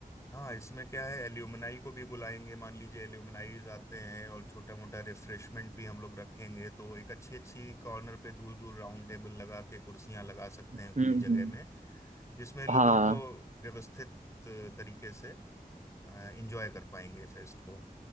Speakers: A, on the left (about 20°); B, on the right (about 50°).
A: हाँ इसमें क्या है एल्यूमनाई को भी बुलाएंगे मान लीजिए एल्यूमनाइज आते हैं और छोटा मोटा रिफ्रेशमेंट भी हम लोग रखेंगे तो एक अच्छी अच्छी कॉर्नर पे दूर दूर राउंड टेबल लगा के कुर्सियां लगा सकते
B: हम्म
A: हैं खुली जगह
B: हम्म
A: में जिसमें लोगों
B: हाँ
A: को व्यवस्थित अ, तरीके से एंजॉय कर पाएंगे फेस्ट को